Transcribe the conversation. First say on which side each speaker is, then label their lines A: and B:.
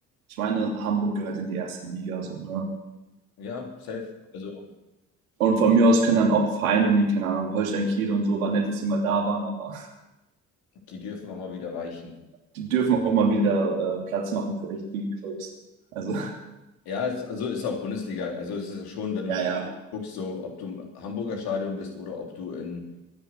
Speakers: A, on the right; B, on the left.
A: Ich meine, Hamburg gehört in die erste Liga, so, ne?
B: Ja, safe. Also,
A: Und von mir aus können dann auch Vereine wie, keine Ahnung, Holstein Kiel und so, war nett, dass sie mal da waren, aber
B: die dürfen auch mal wieder weichen.
A: <laughs> die dürfen auch mal wieder äh, Platz machen für richtige Clubs. Also,
B: Ja, es, also ist auch Bundesliga. Also es ist ja schon, wenn du
A: <laughs> ja, ja.
B: guckst, so, ob du im Hamburger Stadion bist oder ob du in,